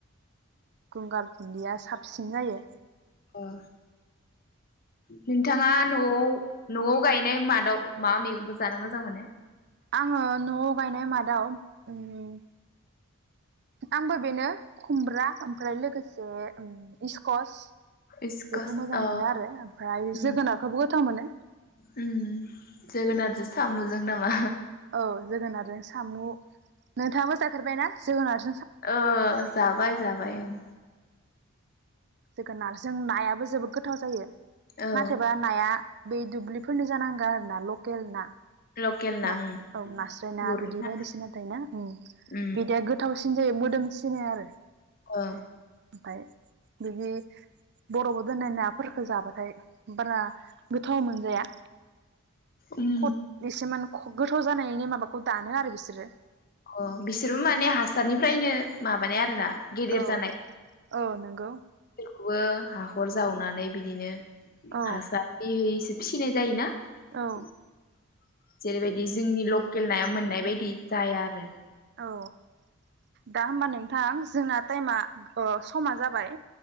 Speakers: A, on the right; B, on the left.
A: गंगार खुदिया साब फिसिन जायो
B: अ‌ ओ नोंथाङा न'आव न'आव गायनाय मादाव मा मैगंबो जानो मोजां मोनो
A: आङो न'आव गायनाय मादाव ओम आंबो बेनो खुमब्रा ओमफ्राय लोगोसे इसे ओम कस
B: इस्कस
A: बेखौ मोजां
B: अ
A: मोनो आरो ओमफ्राय
B: उम
A: जोगोनारखौबो गोथाव मोनो
B: उम जोगोनारजों साम'जों नामा?
A: औ जोगोनार जों सामु नोंथाङाबो जाफेरबाय ना? जोगोनार
B: ओ जाबाय जाबाय ओं
A: जोगोनार जों नायाबो जोबोद गोथाव जायो
B: औ
A: नाथायबा नाया बे दुब्लिफोरनि जानांगो आरो ना ल केल ना
B: लकेल
A: ना
B: ओं
A: औ नास्रायना
B: गुरना
A: बिदि बायदिसिना थायो ना उम
B: उम
A: बिदिया गोथावसिन जायो मोदोम सिनाय आरो
B: ओ
A: ओमफाय जुदि बर'बाव दोननाय नाफोरफोरखौ जाबाथाय बारा गोथाव मोनजाया
B: उम
A: खद बेसे मान गोथाव जानायनि माबाखौ दानो आरो बिसोरो
B: अ बिसोरबो माने हासारनिफ्रायनो माबानाय आरो ना गिदिर
A: औ
B: जानाय
A: औ नोंगौ
B: बेबो हाखर जावनानै बिदिनो
A: औ
B: हास बि है <unintelligible> फिसिनाय जायोना बि
A: औ
B: <unintelligible> जेरैबायदि जोंनि लकेल नाया मोननाय बायदि जाया आरो
A: औ दा होमबा नोंथां जोंना टाइमा ओ समा जाबाय